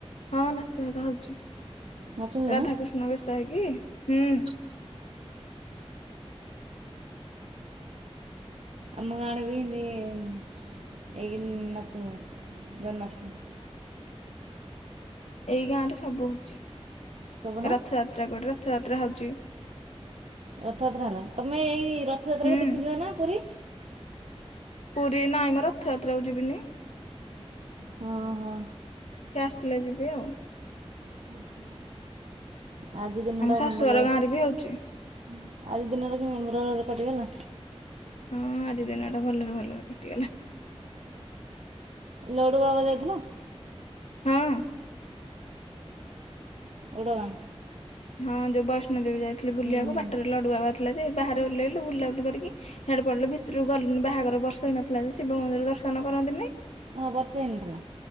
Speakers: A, on the left (about 80°); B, on the right (about 75°).
A: ହଁ ନାଚ ଆକା ହଉଛି
B: ନାଚ ହୁଏ
A: ରାଧାକୃଷ୍ଣ
B: ନା
A: ନୂଆ ବେଶ ହେଇକି ହୁଁ।
B: ଆମ ଗାଁ ଆଡ଼େ ବି ଏମିତି ଏଇ ନାଚ ହୁଏ ଜନ୍ମାଷ୍ଟମୀ।
A: ଏଇ ଗାଁ ରେ ସବୁ ହଉଛି
B: ସବୁ ନା
A: ରଥଯାତ୍ରା କଡ଼ରେ ରଥଯାତ୍ରା ହଉଛି।
B: ରଥଯାତ୍ରା ହେଲା ତମେ ଏଇ ରଥଯାତ୍ରାକୁ
A: ହୁଁ
B: ଦେଖିଯିବ ନା ପୁରୀ?
A: ପୁରୀ ନାଇଁ ମୋ ରଥଯାତ୍ରାକୁ ଯିବିନି।
B: ହଁ, ହଁ।
A: ସେ ଆସିଲେ ଯିବି ଆଉ।
B: <unintelligible> ଆଜି ଦିନଟା
A: ଆମ ଶାଶୁଘର
B: କଣ ଭଲ ଆଜି
A: ଗାଁରେ ବି ହଉଛି
B: ଦିନରେ କିଇନ୍ତି ଭଲରେ କଟିଗଲା?
A: ହଁ ଆଜି ଦିନ ଟା ଭଲରେ ଭଲରେ କଟିଗଲା।
B: ଲଡ଼ୁ ବାବା ଯାଇଥିଲ?
A: ହଁ।
B: ଉଡ଼ ଗାଁ।
A: ହଁ ଯଉ ବୈଷ୍ଣଦେବୀ ଯାଇଥିଲି ବୁଲିବାକୁ
B: ହୁଁ ହୁଁ
A: ବାଟରେ ଲଡ଼ୁ ବାବା ଥିଲା ଯେ ବାହାରେ ଓଲ୍ଲେଇଲୁ ବୁଲାବୁଲି କରିକି ହିଆଡ଼େ ପଡ଼ିଲୁ ଭିତରକୁ ଗଲୁନି ବାହାଘର ବର୍ଷ ହେଇନଥିଲା ଯେ ଶିବ ମନ୍ଦିର ଦର୍ଶନ କରନ୍ତିନି।
B: ଅ ବର୍ଷେ ହେଇ ନଥିଲା।